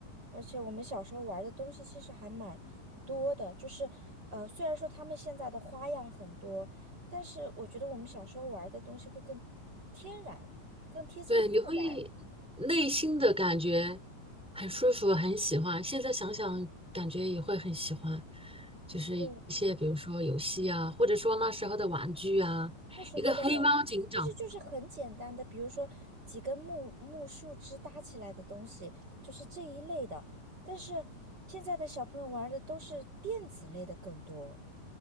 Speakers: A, on the right (about 30°); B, in the centre.
A: 而且我们小时候玩的东西其实还蛮多的，就是，呃，虽然说他们现在的花样很多，但是我觉得我们小时候玩的东西会更天然，更贴近自然。
B: 对，你会内心的感觉很舒服，很喜欢。现在想想，感觉也会很喜欢，就是一些比如说游戏啊，
A: 嗯，
B: 或者说那时候的玩具啊，
A: 那时候的玩，
B: 一个黑猫警长。
A: 其实就是很简单的，比如说几根木木树枝搭起来的东西，就是这一类的。但是现在的小朋友玩的都是电子类的更多。